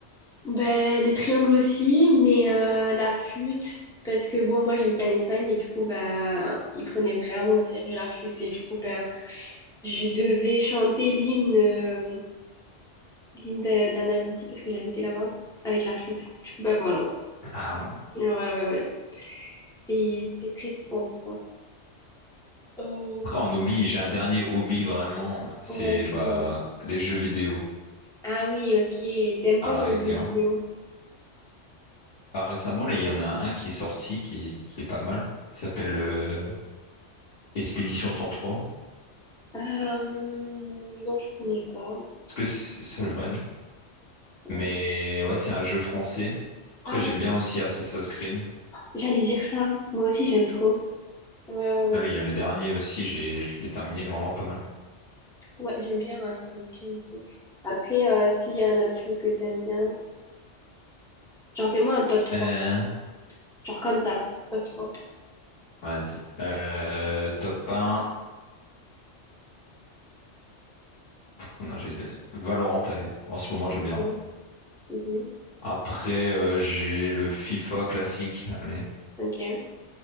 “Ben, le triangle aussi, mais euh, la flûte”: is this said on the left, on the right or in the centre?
Centre